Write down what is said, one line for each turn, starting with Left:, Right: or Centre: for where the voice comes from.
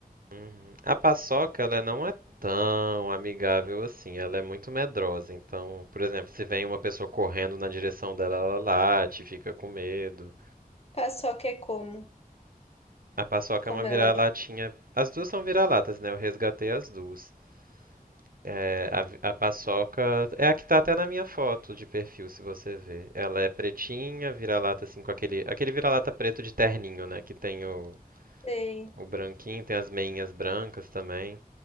Right: Uhum. A paçoca, ela não é tão amigável assim. Ela é muito medrosa. Então, por exemplo, se vem uma pessoa correndo na direção dela, ela late, fica com medo.
Left: Paçoca é como?
Right: A paçoca
Left: Como
Right: é uma vira-latinha.
Left: ela é?
Right: As duas são vira-latas, né? Eu resgatei as duas. É, a, vi- a paçoca é a que tá até na minha foto de perfil, se você ver. Ela é pretinha, vira-lata assim com aquele aquele vira-lata preto de terninho, né? Que tem o,
Left: Sei.
Right: o branquinho, tem as meinhas brancas também.